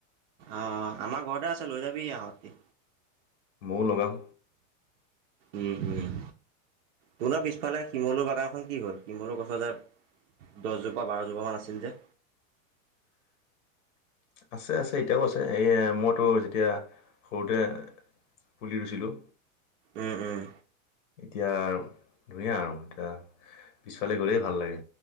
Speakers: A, on the right (about 60°); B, on the left (about 60°).
A: আহ আমাৰ ঘৰতে আছে লৈ যাবি আহ যদি
B: মৌ লগাম
A: উম উম। তোনৰ পিছফালে শিমলু বাগানখন কি হ'ল শিমলু গছৰ যে দহজোপা বাৰজোপামান আছিল যে?
B: <inaudible> আছে আছে এতিয়াও আছে এই মইতো যেতিয়া সৰুতে পুলি ৰুইছিলোঁ।
A: উম উম
B: এতিয়া ধুনীয়া আৰু এতিয়া পিছফালে গ'লেই ভাল লাগে।